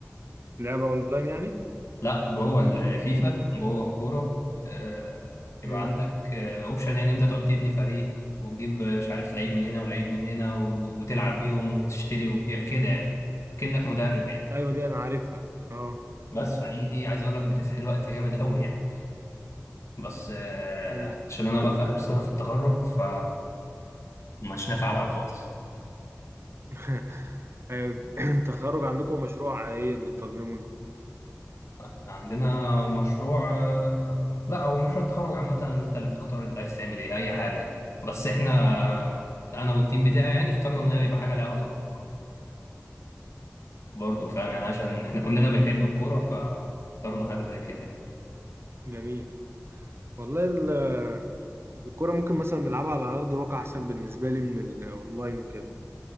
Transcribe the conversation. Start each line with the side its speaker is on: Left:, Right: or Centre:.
Right: <clears throat> لعبه اونلاين يعني
Left: لا جوه الفيفا جوه الكوره آه، يبقى
Right: مم.
Left: عندك اوبشن يعني انت تقعد تبني فريق وتجيب آه، مش عارف لعيب من هنا ولعيب من هنا و- وتلعب بيهم وتشتري وتبيع كده يعني اكنك مدرب يعني
Right: ايوه دي انا عارفها اه
Left: بس فدي دي عايز اقول لك بتسحل وقت جامد قوي يعني بس آه،
Right: امم
Left: عشان انا بقى في اخر سنه في التخرج ف مش نافع ألعب خالص
Right: <laughs> آه، <clears throat> التخرج عندكم مشروع ايه اللي طالبينه منكم
Left: إحنا عندنا مشروع آه، لا هو مشروع التخرج عامة انت اللي بتختار انت عايز تعمل ايه اي حاجة يعني. بس احنا
Right: كويس.
Left: آه، انا والتيم بتاعي يعني اخترنا ان هي يبقى حاجة ليها علاقة بالكورة برضه فاهم
Right: وقعت.
Left: يعني عشان
Right: أمم.
Left: احنا كلنا بنحب الكورة فاخترنا حاجة زي كده يعني.
Right: جميل والله ال- الكرة ممكن مثلا نلعبها على ارض الواقع احسن بالنسبة لي من الاونلاين وكده